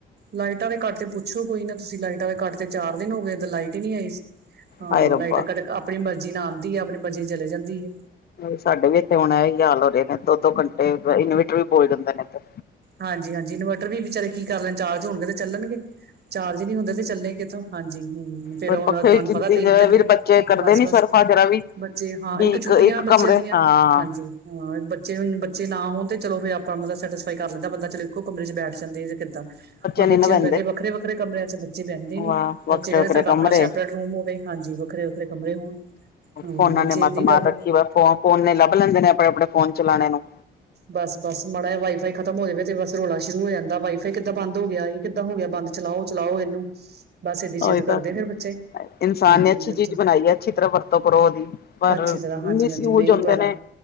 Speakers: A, on the right (about 55°); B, on the left (about 50°).
A: ਲਾਈਟਾਂ ਦੇ ਘੱਟ ਤੇ ਪੁੱਛੋ ਕੋਈ ਨਾ, ਤੁਸੀਂ ਲਾਈਟਾਂ ਦੇ ਘੱਟ ਤੇ ਚਾਰ ਦਿਨ ਹੋ ਗਏ ਇਧਰ ਲਾਈਟ ਹੀ ਨਹੀਂ ਆਈ ਸੀ, ਹਾਂ
B: ਹਾਏ ਰੱਬਾ
A: ਲਾਈਟ ਕਦੇ ਆਪਣੀ ਮਰਜ਼ੀ ਨਾਲ ਆਉਂਦੀ ਹੈ, ਆਪਣੀ ਮਰਜ਼ੀ ਚਲੇ ਜਾਂਦੀਏ।
B: ਸਾਡੇ ਵੀ ਇੱਥੇ ਹੁਣ ਏਹੀ ਹਾਲ ਹੋ ਰਹੇ ਨੇ, ਦੋ-ਦੋ ਘੰਟੇ ਇਨਵੇਟਰ ਵੀ ਬੋਲ ਜਾਂਦੇ ਨੇ ਇਧਰ।
A: ਹਾਂਜੀ-ਹਾਂਜੀ। ਇਨਵਰਟਰ ਵੀ ਵਿਚਾਰੇ ਕੀ ਕਰਨ, ਚਾਰਜ ਹੋਣਗੇ ਤੇ ਚੱਲਣਗੇ, ਚਾਰਜ ਈ ਨੀ ਹੁੰਦੇ ਤੇ ਚੱਲਣੇ ਕਿੱਥੋਂ ਹਾਂਜੀ ਹਮ ਫੇਰ
B: ਪਰ
A: ਹੁਣ
B: ਪੱਖੇ
A: ਤੁਹਾਨੂੰ ਪਤਾ ਤਿੰਨ-ਤਿੰਨ,
B: ਵੀ ਬੱਚੇ ਕਰਦੇ
A: ਬਸ-ਬਸ
B: ਨੀ ਸਰਫਾ ਜਰਾ ਵੀ
A: ਬੱਚੇ ਹਾਂ
B: ਵੀ
A: ਇੱਕ ਛੁੱਟੀਆਂ ਬੱਚਿਆਂ
B: ਕਮਰੇ
A: ਦੀਆਂ,
B: ਹਾਂ
A: ਹਾਂਜੀ ਹਾਂ ਬੱਚੇ ਬੱਚੇ ਨਾ ਹੋਣ ਤੇ ਚਲੋ ਫੇ ਆਪਾਂ ਮਤਲਬ ਸੈਟਿਸਫਾਈ ਕਰ ਲੈਂਦਾ ਬੰਦਾ ਚਲੋ ਇੱਕੋ ਕਮਰੇ ਚ ਬੈਠ ਜਾਂਦੇ ਐ ਜਾਂ ਕਿੱਦਾਂ ਹੁਣ
B: ਨੀ
A: ਬੱਚੇ
B: ਨਾ ਬਹਿੰਦੇ
A: ਹੁਣ ਪੈਂਦੇ ਵੱਖਰੇ-ਵੱਖਰੇ ਕਮਰਿਆਂ ਚ ਬੱਚੇ ਪੈਂਦੇ ਨੀ
B: ਵਾਹ ਵੱਖਰੇ
A: ਬੱਚੇ ਕਹਿੰਦੇ
B: ਵੱਖਰੇ
A: ਸਾਡਾ
B: ਕਮਰੇ
A: ਆਪਣਾ ਸ਼ੈਪ ਰੂਮ ਹੋਵੇ ਹਾਂਜੀ, ਵੱਖਰੇ-ਵੱਖਰੇ ਕਮਰੇ ਹੋਣ ਹਾਂ
B: ਫੋਨਾ
A: ਬੱਚੇ
B: ਨੇ ਮੱਤ
A: ਏਦਾਂ ਹੀ ਕਰਦੇ
B: ਮਾਰ ਰੱਖੀ ਵਾ, ਫੋ ਫੋਨ ਨੇ ਲੱਭ ਲੈਂਦੇ ਨੇ ਆਪਣੇ-ਆਪਣੇ ਫੋਨ ਚਲਾਣੇ ਨੂੰ।
A: ਬਸ-ਬਸ ਮਾੜਾ ਜਾ ਵਾਈ ਖਤਮ ਹੋਜਾਵੇ ਤੇ ਬਸ ਰੌਲਾ ਸ਼ੁਰੂ ਹੋ ਜਾਂਦਾ, ਵਾਈ ਫਾਈ ਕਿੱਦਾਂ ਬੰਦ ਹੋ ਗਿਆ ਏ? ਇਹ ਕਿੱਦਾਂ ਹੋ ਗਿਆ ਬੰਦ ਚਲਾਓ-ਚਲਾਓ ਇਹਨੂੰ। ਬਸ ਇਹਦੀ ਜਿੱਦ
B: ਉਹੀ ਤਾਂ
A: ਕਰਦੇ ਨੇ ਫੇਰ ਬੱਚੇ।
B: ਇਨਸਾਨ
A: ਹਾਂਜੀ
B: ਨੇ ਅੱਛੀ
A: ਬੱਚੇ
B: ਚੀਜ਼ ਬਣਾਈ ਐ। ਅੱਛੀ ਤਰ੍ਹਾਂ ਵਰਤੋਂ ਕਰੋ, ਉਹਦੀ ਪਰ
A: ਅੱਛੀ ਤਰ੍ਹਾਂ ਹਾਂਜੀ
B: ਮਿਸਯੂਜ
A: ਹਾਂਜੀ ਨਹੀਂ
B: ਹੁੰਦੇ
A: ਪਰ
B: ਨੇ।